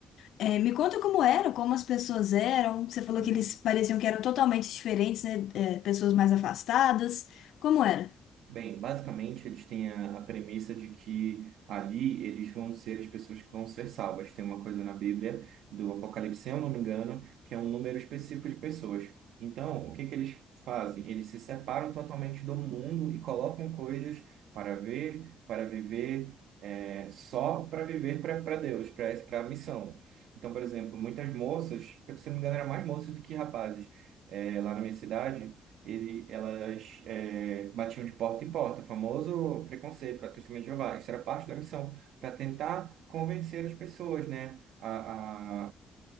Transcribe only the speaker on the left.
É, me conta como era, como as pessoas eram. Você falou
que eles pareciam que eram totalmente diferentes, né? É, pessoas mais afastadas. Como era?